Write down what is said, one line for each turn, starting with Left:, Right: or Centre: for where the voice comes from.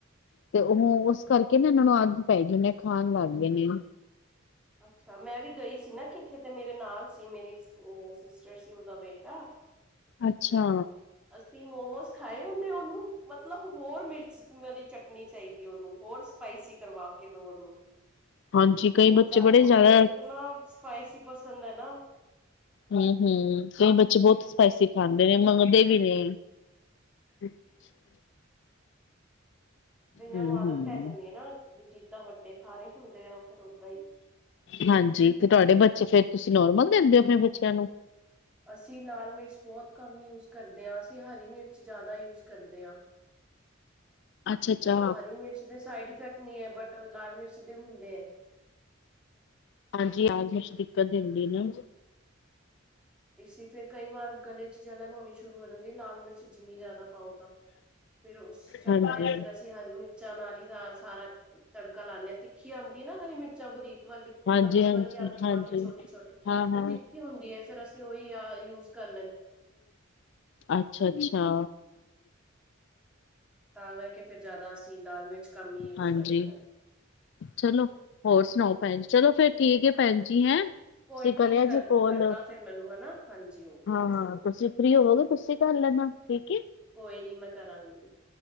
Left: ਤੇ ਉਹ ਉਸ ਕਰਕੇ ਨਾ ਇਹਨਾਂ ਨੂੰ ਅਦਤ ਪੈ ਗਈ ਹੈ, ਨੇ ਖਾਣ ਲੱਗ ਗਏ ਨੇ
Centre: ਅੱਛਾ ਮੈ ਵੀ ਗਈ ਸੀ, ਨਾ ਕਿਥੇ ਤੇ ਮੇਰੇ ਨਾਲ ਸੀ ਮੇਰੀ ਸਿਸਟਰ ਸੀ, ਉਹਦਾ ਬੇਟਾ
Left: ਅੱਛਾ,
Centre: ਸੀ ਮੋਮੋਸ ਖਾਏ, ਉਹਨੇ ਉਹਨੂੰ ਮਤਲਬ ਹੋਰ ਮਿਰਚ ਵਾਲੀ ਚਟਨੀ ਚਾਹੀਦੀ, ਉਹਨੂੰ ਹੋਰ ਸਪਾਈਸੀ ਕਰਵਾ ਕੇ ਦੋ ਉਹਨੂੰ
Left: ਹਾਂਜੀ, ਕਈ
Centre: ਉਹ
Left: ਬੱਚੇ
Centre: ਚਾ
Left: ਬੜੇ
Centre: ਉਹਨੂੰ
Left: ਜ਼ਿਆਦਾ
Centre: ਇਤਨਾ
Left: ਹਮ
Centre: ਸਪਾਈਸੀ ਪਸੰਦ ਹੈ, ਨਾ
Left: ਹੂੰ-ਹੂੰ, ਕਈ ਬੱਚੇ ਬਹੁਤ ਸਪਾਈਸੀ ਖਾਂਦੇ ਨੇ ਮੰਨਦੇ ਵੀ ਨੇ <unintelligible>
Centre: ਕਈਆਂ
Left: ਹੂੰ-ਹੂੰ,
Centre: ਨੂੰ ਆਦਤ ਪੈ ਜਾਂਦੀ ਹੈ, ਨਾ ਜਿੱਦਾਂ ਵੱਡੇ ਖ ਰਹੇ ਹੁੰਦੇ ਆ। ਫਿਰ ਓਦਾਂ ਹੀ
Left: ਹਾਂਜੀ, ਤੇ ਤੁਹਾਡੇ ਬੱਚੇ ਫੇਰ ਤੁਸੀਂ ਨੋਰਮਲ ਦਿੰਦੇ ਹੋ ਆਪਣੇ ਬੱਚਿਆਂ ਨੂੰ
Centre: ਅਸੀਂ ਲਾਲ ਮਿਰਚ ਬਹੁਤ ਕੰਮ ਯੂਜ ਕਰਦੇ ਹਾਂ ਅਸੀਂ ਹਰੀ ਮਿਰਚ ਜ਼ਿਆਦਾ ਯੂਜ ਕਰਦੇ ਆਂ
Left: ਅੱਛਾ-ਅੱਛਾ,
Centre: ਹਰੀ ਮਿਰਚ ਦੇ ਸਾਈਡ ਇਫੈਕਟ ਨਹੀਂ ਹੈ ਬਟ ਲਾਲ ਮਿਰਚ ਦੇ ਹੁੰਦੇ ਹੈ
Left: ਹਾਂਜੀ -ਹਾਂਜੀ <unintelligible> ਦਿੱਕਤ ਦੇ ਹੁੰਦੀ ਨਾ।
Centre: ਇਸ ਫੇਰ ਕਈ ਵਾਰ ਗਲੇ 'ਚ ਜਲਣ ਹੋਣੀ ਸ਼ੁਰੂ ਹੋ ਜਾਂਦੀ ਲਾਲ ਮਿਰਚ ਜਿੰਨੀ ਜ਼ਿਆਦਾ ਪਾਓ ਤਾਂ ਫੇਰ ਉਸ ਚੱਕਰ
Left: ਹਾਂਜੀ।
Centre: ਵਿੱਚ ਫੇਰ ਅਸੀਂ ਹਰੀ ਮਿਰਚਾਂ ਨਾਲ ਹੀ ਸਾਗ ਸਾਰਾ ਤੜਕਾ ਲਾਂਦੇ ਹਾਂ ਤਿੱਖੀ ਆਉਂਦੀ ਆ ਨਾ ਹਰੀ ਮਿਰਚਾਂ ਬਰੀਕ ਵਾਲੀ ਉਹ
Left: ਹਾਂਜੀ-ਹਾਂਜੀ-ਹਾਂਜੀ,
Centre: ਪਤਲੀ ਵਾਲੀ ਆਉਂਦੀ ਕਾਫ਼ੀ ਛੋਟੀ ਛੋਟੀ
Left: ਹਾਂ-ਹਾਂ
Centre: ਉਹ ਤਿੱਖੀ ਹੁੰਦੀ ਏ ਫੇਰ ਅ ਯਾਰ ਯੂਜ ਕਰ
Left: ਅੱਛਾ- ਅੱਛਾ
Centre: ਤਾਂ ਕਰਕੇ ਫਿਰ ਜ਼ਿਆਦਾ ਅਸੀਂ ਲਾਲ ਮਿਰਚ ਕੰਮ ਹੀ ਯੂਜ
Left: ਹਾਂਜੀ,
Centre: ਕਰਦੇ ਹਾਂ।
Left: ਚਲੋ ਹੋਰ ਸੁਣਾਓ ਭੈਣ ਜੀ ਚਲੋ ਫਿਰ ਠੀਕ ਹੈ ਭੈਣ ਜੀ ਹੈਂ। ਤੁਸੀਂ
Centre: ਕੋਈ
Left: ਕਰਿਆ
Centre: ਨੀ ਕਰ
Left: ਜੀ ਕੋਲ
Centre: ਕਰਨਾ
Left: ਹਾਂ
Centre: ਫਿਰ ਮੈਨੂੰ ਹਨਾ ਹਾਂਜੀ ਓਕੇ।
Left: -ਹਾਂ ਤੁਸੀਂ ਫ੍ਰੀ ਹੋਵੋਗੇ ਤੁਸੀਂ ਘ <unintelligible> ਠੀਕ ਏ
Centre: ਕੋਈ ਨੀ ਮੈਂ ਕਰਾਂਗੀ।